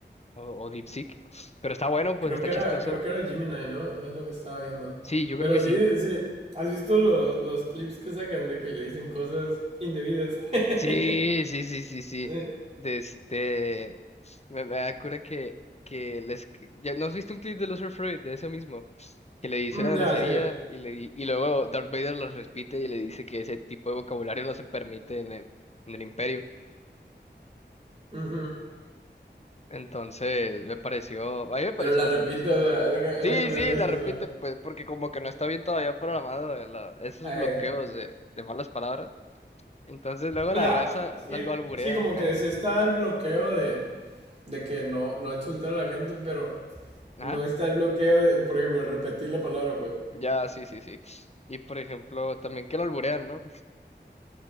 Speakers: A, on the left (about 35°); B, on the right (about 35°).
A: o, o DeepSeek, pero está bueno, pues
B: Creo
A: está
B: que
A: chistoso.
B: era, creo que era Gemini, ¿no? Es lo que estaba viendo.
A: Sí, yo
B: Pero
A: creo que
B: sí,
A: sí.
B: sí. ¿Has visto los, los clips que sacan de que le dicen cosas indebidas? <laughs>
A: Sí, sí, sí, sí, sí.
B: Sí.
A: De este. Me, me da cura que, que les. ¿Ya no has visto un clip de Los Freud de eso mismo? Que le dice
B: Mm,
A: la grosería
B: ya, sí.
A: y, le, di- y luego Darth Vader los repite y le dice que ese tipo de vocabulario no se permite en el, en el Imperio.
B: Ujú.
A: Entonces, me pareció. A mí me pareció
B: Pero la
A: bastante
B: repito,
A: chistoso.
B: o sea, es lo que, es
A: Sí,
B: lo que me
A: sí,
B: dio risa,
A: la repite,
B: o sea.
A: pues, porque como que no está bien todavía programado eh, la- esos
B: Eh,
A: bloqueos de, de malas palabras. Entonces, luego
B: o
A: la
B: sea,
A: raza
B: sí,
A: la- lo alburea
B: sí, como
A: acá.
B: que sí está el bloqueo de, de que no, no insultar a la gente, pero
A: Ajá.
B: no está el bloqueo de, por ejemplo, de repetir la palabra, pues.
A: Ya, sí, sí, sí. Y por ejemplo, también que lo alburean, ¿no?